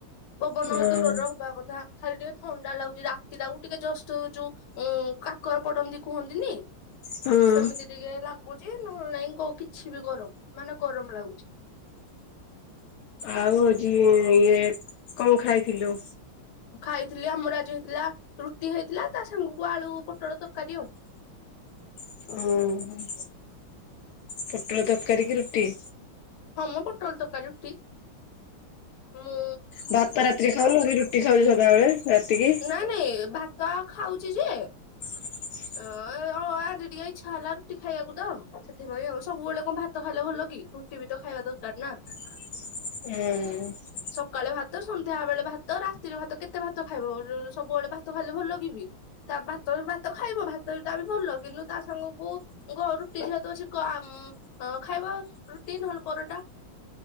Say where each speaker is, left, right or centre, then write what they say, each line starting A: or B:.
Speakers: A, on the left; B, on the left.
A: ପବନ
B: ହଁ
A: ଦୂରରେ ହବା କଥା ଖାଲି ଟିକେ ଥଣ୍ଡା ଲାଗୁଚି ଯାହା ରାତିଟାକୁ ଟିକେ ଜଷ୍ଟ ଯୋଉ। ଉଁ କାକର ପଡନ୍ତି କୁହନ୍ତିନି।
B: ହୁଁ
A: ସେମିତି ଟିକେ ଲାଗୁଚି ନହଲେ ନାଇଁ କୋ କିଛି ବି ଗରମ୍ ମାନେ ଗରମ ଲାଗୁଛି।
B: ଆଉ ହୋଉଚି ଇଏ କଣ ଖାଇଥିଲୁ?
A: ଖାଇଥିଲି ଆମର ଆଜି ହେଇଥିଲା ରୁଟି ହେଇଥିଲା ତା ସାଙ୍ଗକୁ ଆଳୁ ପୋଟଳ ତରକାରୀ ଆଉ।
B: ଉଁ ହୁଁ। ପୋଟଳ ତରକାରୀ କି ରୁଟି?
A: ହଁ ମଁ ପୋଟଳ ତରକାରୀ ରୁଟି। ମୁଁ
B: ଉଁ ଭାତ ରାତିରେ ଖାଉନୁ କି ରୁଟି ଖାଉଛୁ ସଦାବଳେ ରାତିକି?
A: ନାଇଁ ନାଇଁ ଭାତ ଖାଉଚି ଯେ।
B: <inaudible>
A: ଅ ଆଜି ଟିକେ ଇଚ୍ଛା ହେଲା ରୁଟି ଖାଇବାକୁ ତ ସେଥିପାଇଁ ଆଉ ସବୁବଳେ କଣ ଭାତ ଖାଇଲେ ଭଲ କି ରୁ ଟି ବି ତ ଖାଇବା ଦରକାର ନା।
B: <inaudible> ହୁଁ।
A: ସକାଳେ ଭାତ ସନ୍ଧ୍ୟା ବେଳେ ଭାତ ରାତିରେ ଭାତ କେତେ କେତେ ଭାତ ଖାଇବ ସବୁବେଳେ ଭାତ ଖାଇଲେ ଭଲ ଲାଗିବି ତା ଭାତ ଭାତ ଖାଇବ ଭାତଟା ବି ଭଲ କିନ୍ତୁ ତା ସାଙ୍ଗକୁ ରୁଟି ସତ ଅଛି ଖାଇବା ରୁଟି ନହେଲେ ପରଟା